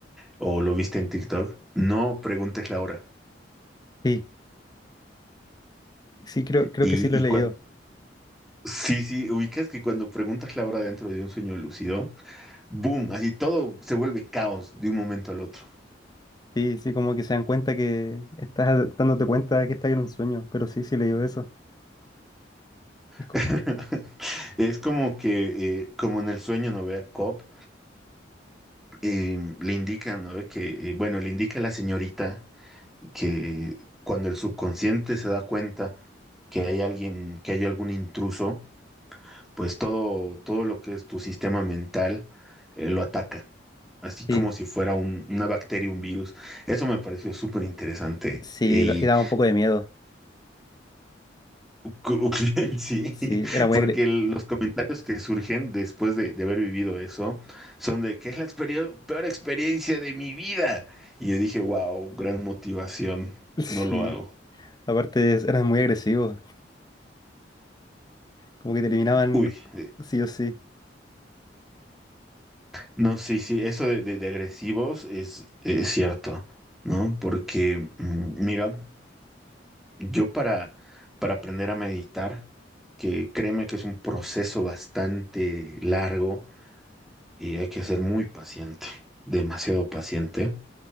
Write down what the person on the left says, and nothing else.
Sí, sí, creo, creo
que sí lo he
leído.
Sí, sí, como que se dan cuenta que estás dándote cuenta que estás en un sueño, pero sí, sí he leído eso. Y co-
Sí,
sí,
da- y daba un poco de miedo.
Sí, era muy
agre...
<laughs> Sí,
aparte es- eran muy agresivos, como que te eliminaban
sí o sí.